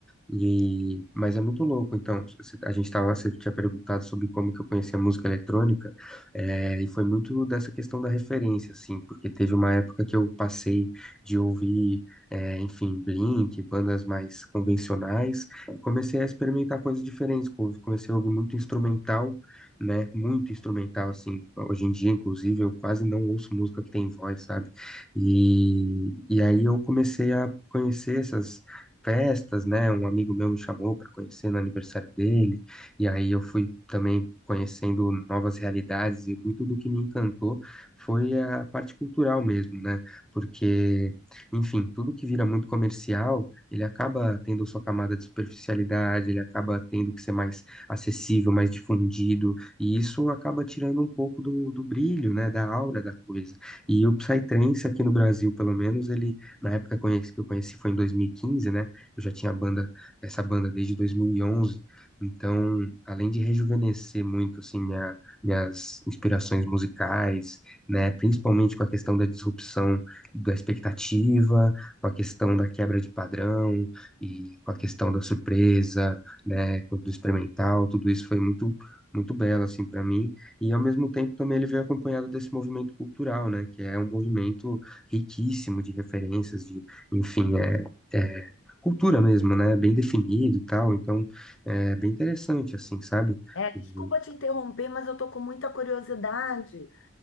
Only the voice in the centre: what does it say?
E, mas é muito louco, então, você- a gente tava, você tinha perguntado sobre como que eu conheci a música eletrônica, é, e foi muito dessa questão da referência, assim, porque teve uma época que eu passei de ouvir, é, enfim, Blink, bandas mais convencionais, e comecei a experimentar coisas diferentes, co- comecei a ouvir muito instrumental, né, muito instrumental, assim, hoje em dia, inclusive, eu quase não ouço música que tem voz, sabe, e, e aí eu comecei a conhecer essas festas, né? Um amigo meu me chamou para conhecer no aniversário dele, e aí eu fui também conhecendo novas realidades, e muito do que me encantou foi a parte cultural mesmo, né? Porque, enfim, tudo que vira muito comercial, ele acaba tendo sua camada de superficialidade, ele acaba tendo que ser mais acessível, mais difundido, e isso acaba tirando um pouco do, do brilho, né? Da aura da coisa. E o Psytrance aqui no Brasil, pelo menos, ele na época conheci- que eu conheci foi em 2015, né? Eu já tinha a banda, essa banda desde 2011, então, além de rejuvenescer muito assim minha, minhas inspirações musicais, né, principalmente com a questão da disrupção da expectativa, com a questão da quebra de padrão e com a questão da surpresa, né, do experimental, tudo isso foi muito muito belo assim para mim e ao mesmo tempo também ele veio acompanhado desse movimento cultural né que é um movimento riquíssimo de referências de enfim é, é cultura mesmo, né? Bem definido e tal, então é bem interessante, assim, sabe?
O-